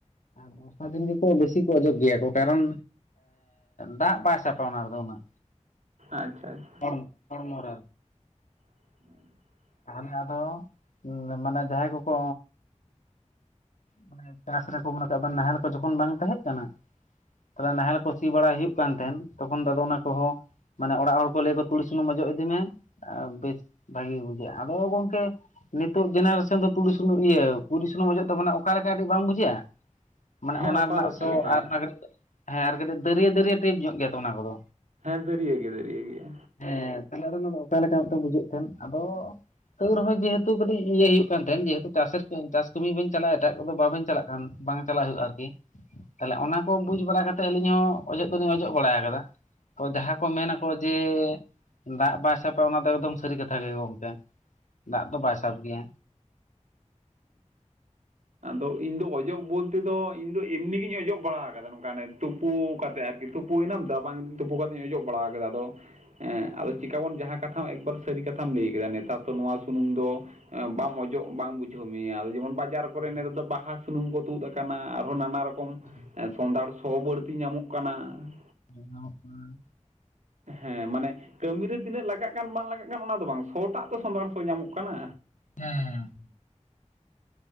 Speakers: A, on the left; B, on the right.
A: ᱵᱚᱨᱥᱟ ᱫᱤᱱ ᱜᱮᱠᱚ ᱵᱮᱥᱤ ᱠᱚ ᱚᱡᱚᱜ ᱜᱮᱭᱟ ᱠᱚ ᱠᱟᱨᱚᱱ ᱫᱟᱜ ᱵᱟᱭ ᱥᱟᱯᱟ ᱚᱱᱟ ᱨᱮᱫᱚ ᱩᱱᱟᱹᱜ
B: ᱟᱪᱪᱷᱟ ᱟᱪᱪᱷᱟ
A: ᱦᱚᱲ ᱦᱚᱲᱢᱚᱨᱮ
B: <unintelligible>
A: ᱛᱟᱦᱚᱞᱮ ᱟᱫᱚ ᱢᱟᱱᱮ ᱡᱟᱦᱟᱸᱭ ᱠᱚᱠᱚ ᱢᱟᱱᱮ ᱪᱟᱥ ᱨᱮᱠᱚ ᱢᱮᱟᱜ ᱱᱟᱦᱮᱞ ᱠᱚ ᱡᱚᱠᱷᱚᱱ ᱵᱟᱝ ᱛᱟᱦᱮᱸ ᱠᱟᱱᱟ ᱛ ᱱᱟᱦᱮᱞ ᱠᱚ ᱥᱤ ᱵᱟᱲᱟᱭ ᱦᱩᱭᱩᱜ ᱠᱟᱱ ᱛᱟᱦᱮᱸᱱ ᱛᱚᱠᱷᱚᱱ ᱫᱟᱫᱚ ᱚᱱᱟ ᱠᱚᱦᱚᱸ ᱢᱟᱱᱮ ᱚᱲᱟᱜ ᱦᱚᱲ ᱠᱚ ᱞᱟᱹᱭᱟ ᱟᱠᱚ ᱛᱩᱲᱤ ᱥᱩᱱᱩᱢ ᱚᱡᱚᱜ ᱤᱫᱤᱢᱮ ᱟᱨ ᱵᱮᱥ ᱵᱷᱟᱜᱤ ᱵᱩᱡᱷᱟᱹᱜᱼᱟ ᱟᱫᱚ ᱜᱚᱝᱠᱮ ᱱᱤᱛᱚᱜ ᱡᱮᱱᱟᱨᱮᱥᱚᱱ ᱫᱚ ᱛᱲᱤ ᱥᱩᱱᱩ ᱤᱭᱟᱹ ᱠᱩᱲᱤ ᱥᱩᱱᱩᱢ ᱚᱡᱚᱜ ᱫᱚ ᱢᱟᱱᱮ ᱚᱠᱟᱞᱮᱠᱟ ᱠᱟᱹᱴᱤᱡ ᱵᱟᱢ ᱵᱩᱡᱷᱟᱹᱜᱼᱟ ᱢᱟᱱᱮ
B: ᱦᱮᱸ
A: ᱚᱱᱟ
B: ᱚᱠᱟ
A: ᱨᱮᱱᱟᱜ
B: ᱞᱮᱠᱟ
A: ᱥᱚ
B: ᱜᱮ ᱦᱮᱸ
A: ᱟᱨ ᱠᱟᱹᱴᱤᱡ ᱦᱮᱸ ᱟᱨ ᱠᱟᱹᱴᱤᱡ ᱫᱟᱹᱨᱭᱟᱹ ᱫᱟᱹᱨᱭᱟᱹ ᱴᱟᱭᱤᱯ ᱧᱚᱜ ᱜᱮᱭᱟ ᱛᱚ ᱚᱱᱟ ᱠᱚᱫᱚ
B: ᱦᱮᱸ ᱫᱟᱹᱨᱭᱟᱹ ᱜᱮᱭᱟ ᱫᱟᱹᱨᱭᱟᱹ ᱜᱮᱭᱟ
A: ᱦᱮᱸ ᱛᱟᱦᱚᱞᱮ ᱟᱫᱚ ᱚᱱᱟ ᱚᱠᱟ ᱞᱮᱠᱟ ᱢᱤᱫᱴᱮᱱ ᱵᱩᱡᱷᱟᱹᱜ ᱛᱟᱦᱮᱸᱱ ᱟᱫᱚ ᱛᱟᱹᱣ ᱨᱮᱦᱚᱸ ᱡᱮᱦᱮᱛᱩ ᱠᱟᱹᱴᱤᱡ ᱤᱭᱟᱹ ᱦᱩᱭᱩᱜ ᱠᱟᱱ ᱛᱟᱦᱮᱸᱱ ᱡᱮᱦᱮᱛᱩ ᱪᱟᱥ ᱪᱟᱥ ᱠᱟᱹᱢᱤ ᱵᱮᱱ ᱪᱟᱞᱟᱜᱼᱟ ᱮᱴᱟᱜ ᱠᱚᱫᱚ ᱵᱟᱵᱮᱱ ᱪᱟᱞᱟᱜᱼᱟ ᱵᱟᱝ ᱪᱟᱞᱟᱜ ᱦᱩᱭᱩᱜᱼᱟ ᱟᱨᱠᱤ ᱛᱟᱦᱚᱞᱮ ᱚᱱᱟ ᱠᱚ ᱵᱩᱡ ᱵᱟᱲᱟᱠᱟᱛᱮᱜ ᱟᱹᱞᱤᱧ ᱦᱚᱸ ᱚᱡᱚᱜ ᱫᱚᱞᱤᱧ ᱚᱡᱚᱜ ᱵᱟᱲᱟ ᱟᱠᱟᱫᱟ ᱛᱚ ᱡᱟᱦᱟᱸ ᱠᱚ ᱢᱮᱱᱟᱠᱚ ᱡᱮ ᱫᱟᱜ ᱵᱟᱭ ᱥᱟᱯᱟᱭ ᱚᱱᱟ ᱫᱚ ᱮᱠᱫᱚᱢ ᱥᱟᱹᱨᱤ ᱠᱟᱛᱷᱟ ᱜᱮ ᱜᱚᱝᱠᱮ ᱫᱟᱜ ᱫᱚ ᱵᱟᱭ ᱥᱟᱵ ᱜᱮᱭᱟ
B: ᱟᱫᱚ ᱤᱧ ᱫᱚ ᱚᱡᱚᱜ ᱵᱚᱞᱛᱮ ᱫᱚ ᱤᱧ ᱫᱚ ᱮᱢᱱᱤ ᱜᱤᱧ ᱚᱡᱚᱜ ᱵᱟᱲᱟ ᱠᱟᱫᱟ ᱱᱚᱝᱠᱟᱱᱮ ᱛᱩᱯᱩ ᱠᱟᱛᱮᱫ ᱟᱨᱠᱤ ᱛᱩᱯᱩᱭᱱᱟᱢ ᱫᱚ ᱵᱟᱝ ᱛᱩᱯᱩ ᱠᱟᱛᱮᱧ ᱚᱡᱚᱜ ᱵᱟᱲᱟ ᱟᱠᱟᱫᱟ ᱟᱫᱚᱸ ᱟᱫᱚ ᱪᱤᱠᱟᱵᱚᱱ ᱡᱟᱦᱟᱸ ᱠᱟᱛᱷᱟ ᱮᱠᱵᱟᱨ ᱥᱟᱹᱨᱤ ᱠᱟᱛᱷᱟᱢ ᱞᱟᱹᱭ ᱠᱮᱫᱟ ᱱᱮᱛᱟᱨ ᱫᱚ ᱱᱚᱣᱟ ᱥᱩᱱᱩᱢ ᱫᱚ ᱵᱟᱢ ᱚᱡᱚᱜ ᱵᱟᱝ ᱵᱩᱡᱷᱟᱹᱣ ᱢᱮᱭᱟ ᱟᱫᱚ ᱡᱮᱢᱚᱱ ᱵᱟ
A: ᱵᱟᱝ
B: ᱱᱮᱛᱚ ᱫᱚ ᱵᱟᱦᱟ ᱥᱩᱱᱩᱢ ᱠᱚ ᱛᱩᱫ ᱟᱠᱟᱱᱟ ᱟᱨᱦᱚᱸ ᱱᱟᱱᱟ ᱨᱚᱠᱚᱢ
A: ᱦᱮᱸ
B: ᱥᱚᱱᱫᱷᱟᱬ ᱥᱚ ᱵᱟᱹᱲᱛᱤ ᱧᱟᱢᱚᱜ ᱠᱟᱱᱟ
A: ᱧᱟᱢᱚᱜ ᱠᱟᱱᱟ
B: ᱦᱮᱸ ᱢᱟᱱᱮ ᱠᱟᱹᱢᱤᱨᱮ ᱛᱤᱱᱟᱹᱜ ᱞᱟᱜᱟᱜ ᱠᱟᱱ ᱵᱟᱝ ᱞᱟᱜᱟᱜ ᱠᱟᱱ ᱚᱱᱟ ᱫᱚ ᱵᱟᱝ ᱥᱚᱴᱟᱜ ᱛᱚ ᱥᱚᱸᱫᱷᱟᱬ ᱥᱚ ᱧᱟᱢᱚᱜ ᱠᱟᱱᱟ
A: ᱦᱮᱸ